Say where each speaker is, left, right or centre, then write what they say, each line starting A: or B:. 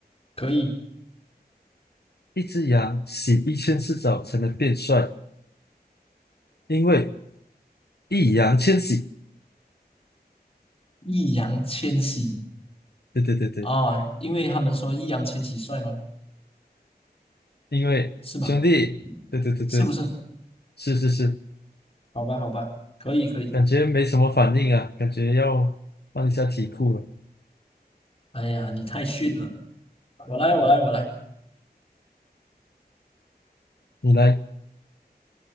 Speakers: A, on the left; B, on the left.
A: 可以。
B: 一只羊洗一千次澡才能变帅，因为易烊千玺。
A: 易烊千玺，
B: 对对对对，
A: 哦，因为他们说易烊千玺帅吗？
B: 因为兄弟，
A: 是吗？
B: 对对对对，
A: 是不是？
B: 是是是，
A: 好吧，好吧，可以，可以。
B: 感觉没什么反应啊，感觉要换一下题库了。
A: 哎呀，你太逊了！我来，我来，我来。
B: 你来，